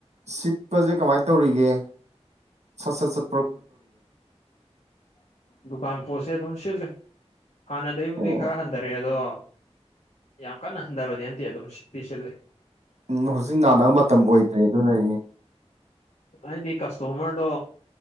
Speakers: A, on the right (about 80°); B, on the left (about 80°).
A: ꯁꯤꯠꯄꯖꯦ ꯀꯃꯥꯏ ꯇꯧꯔꯤꯒꯦ ꯁꯠ ꯁꯠ ꯁꯠ
B: ꯗꯨꯀꯥꯟ ꯄꯣꯠꯁꯦ ꯑꯗꯨꯝ ꯁꯤꯠꯂꯤ ꯍꯥꯟꯅꯗꯩꯕꯨꯗꯤ
A: ꯑꯣ
B: ꯈꯔ ꯍꯟꯊꯔꯦ ꯑꯗꯣ ꯌꯥꯝ ꯀꯟꯅ ꯍꯟꯊꯕꯗꯤ ꯅꯟꯇꯦ ꯑꯗꯨꯝ ꯁꯤꯠꯇꯤ ꯁꯤꯠꯂꯤ
A: ꯎꯝ ꯍꯧꯖꯤꯛ ꯅꯥꯟꯅꯕ ꯃꯇꯝ ꯑꯣꯏꯗ꯭ꯔꯤ ꯑꯗꯨꯅ ꯅꯤꯅꯦ
B: ꯍꯥꯏꯗꯤ ꯀꯁꯇꯣꯃꯔꯗꯣ